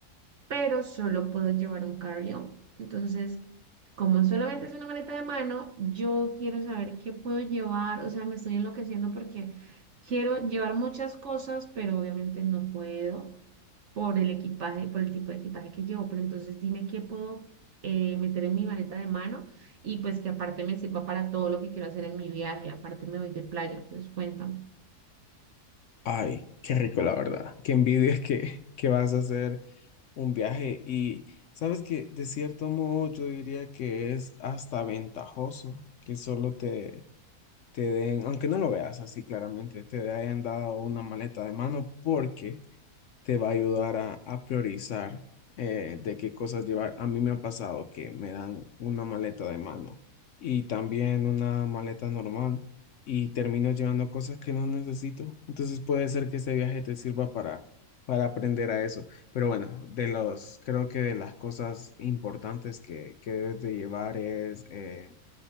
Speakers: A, on the right (about 60°); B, on the left (about 65°).
A: pero solo puedo llevar un carry-on. Entonces, como solamente es una maleta de mano, yo quiero saber qué puedo llevar, o sea, me estoy enloqueciendo porque quiero llevar muchas cosas, pero obviamente no puedo por el equipaje, por el tipo de equipaje que llevo, pero entonces dime qué puedo eh, meter en mi maleta de mano y pues que aparte me sirva para todo lo que quiero hacer en mi viaje, aparte me voy de playa, entonces cuéntame.
B: Ay, qué rico, la verdad. Qué envidia que, que vas a hacer un viaje. Y sabes que de cierto modo yo diría que es hasta ventajoso que solo te, te den, aunque no lo veas así claramente, te hayan dado una maleta de mano, porque te va a ayudar a, a priorizar eh, de qué cosas llevar. A mí me ha pasado que me dan una maleta de mano y también una maleta normal y termino llevando cosas que no necesito. Entonces puede ser que este viaje te sirva para, para aprender a eso. Pero bueno, de los, creo que de las cosas importantes que, que debes de llevar es... eh,